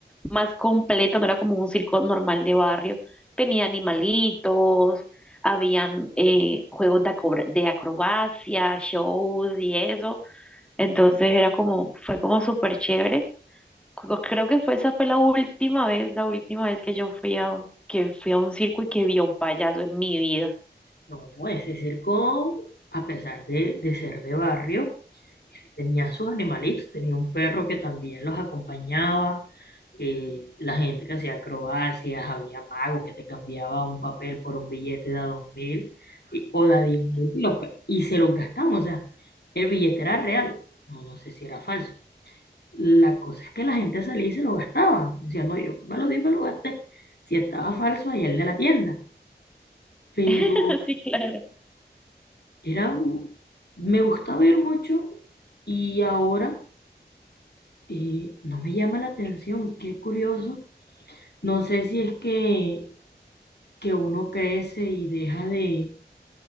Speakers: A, in the centre; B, on the left.
A: más completo, no era como un circo normal de barrio, tenía animalitos, habían eh, juegos de, acobra- de acrobacia, shows y eso, entonces era como, fue como súper chévere. Creo creo que fue, esa fue la última vez, la última vez que yo fui a, que fui a un circo y que vi a un payaso en mi vida.
B: No, ese circo, a pesar de, de ser de barrio, tenía sus animalitos, tenía un perro que también los acompañaba, eh, la gente que hacía acrobacias, había mago que te cambiaba un papel por un billete de a dos mil y, o de a diez mil y, los pe- y se los gastaban, o sea, el billete era real, no, no sé si era falso. La cosa es que la gente salía y se lo gastaba, decía, no, yo me lo di, me lo gasté, si estaba falso, allá el de la tienda. Pero
A: <laughs> Sí, claro.
B: Era, un- me gusta ver mucho y ahora eh, no me llama la atención, qué curioso. No sé si es que, que uno crece y deja de,